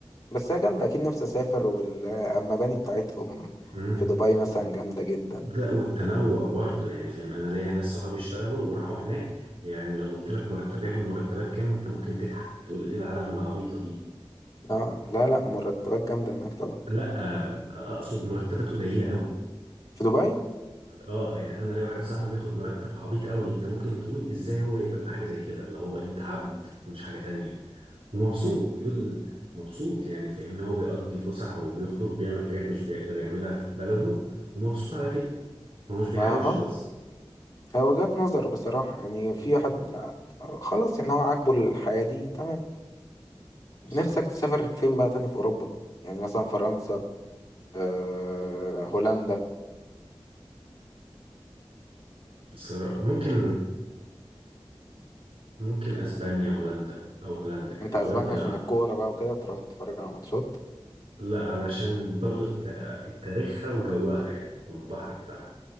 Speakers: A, on the left (about 30°); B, on the right (about 70°).
A: بس هي جامدة أكيد نفسي أسافر والمباني بتاعتهم
B: امم
A: في دبي مثلا جامدة جدا
B: لا والتنوع برضو يعني فاهم انا ليا ناس صحابي اشتغلوا وراحوا هناك يعني لو قلت لك مرتب ياخدوا مرتبات كام انت ممكن تضحك تقول ايه العالم العبيطه دي
A: اه لا لا مرتبات جامدة هناك طبعا
B: لا آم، اقصد
A: مم.
B: مرتبات قليله قوي
A: في دبي
B: اه يعني انا ليا واحد صاحبي بياخد مرتب عبيط قوي انت ممكن تقول ازاي هو يقبل بحاجه زي كده اللي هو انت عبد مش حاجه تانية ومبسوط
A: مم.
B: بيقول مبسوط يعني فاهمني هو بيقضي فسح وبيخرج بيعمل حاجات مش بيقدر يعملها في بلده ومبسوط على كده هو مش بيحوش
A: ما اه
B: بس
A: هي وجهة نظر بصراحة يعني في واحد
B: مم،
A: خلاص يعني هو عاجبه الحياة دي تمام نفسك
B: صح
A: تسافر فين بقى تاني في أوروبا يعني مثلا فرنسا آه هولندا
B: بصرا- ممكن ممكن اسبانيا هولندا او هولندا يعني
A: أنت أسبانيا
B: هولندا
A: عشان الكورة بقى وكده تروح تتفرج على ماتشات
B: لا علشان برضو الت- تاريخها وجوها يعني والبحر بتاعها